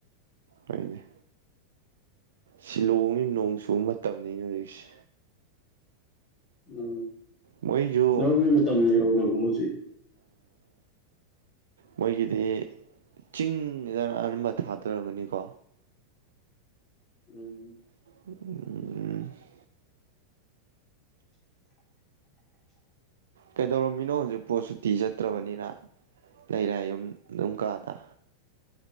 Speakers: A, on the right; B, on the left.
A: ꯂꯩꯅꯤ ꯁꯤꯂꯣꯡꯗꯤ ꯅꯣꯡ ꯆꯨꯕ ꯃꯇꯝꯅꯤꯅꯦ ꯍꯧꯖꯤꯛꯁꯤ
B: ꯎꯝ
A: ꯃꯣꯏꯁꯨ
B: ꯂꯧꯒꯤ ꯃꯇꯝ ꯌꯧꯔꯕꯣ ꯍꯧꯖꯤꯛ
A: ꯃꯣꯏꯒꯤꯗꯤ ꯆꯤꯡꯗ ꯑꯅꯝꯕ ꯊꯥꯗꯣꯏ ꯑꯣꯏꯔꯝꯒꯅꯤꯀꯣ
B: ꯎꯝ
A: <unintelligible> ꯀꯩꯗꯧꯔꯝꯃꯤꯅꯣ ꯍꯧꯖꯤꯛꯄꯨ ꯁꯨꯇꯤ ꯆꯠꯇ꯭ꯔꯕꯅꯤꯅ ꯂꯩꯔꯦ ꯌꯨꯝ ꯑꯗꯨꯝ ꯀꯥꯗ